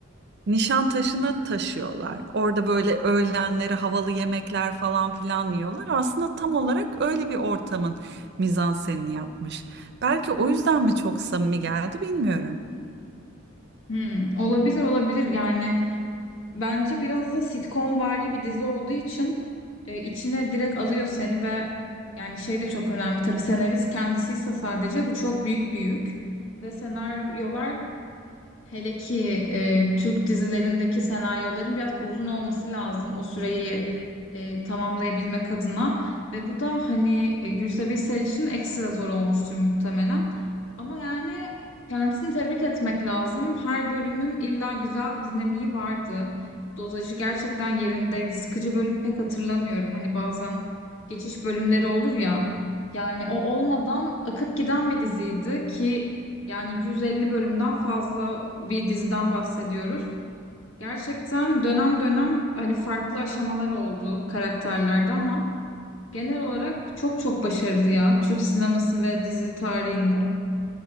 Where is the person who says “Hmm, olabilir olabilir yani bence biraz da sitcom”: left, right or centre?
Left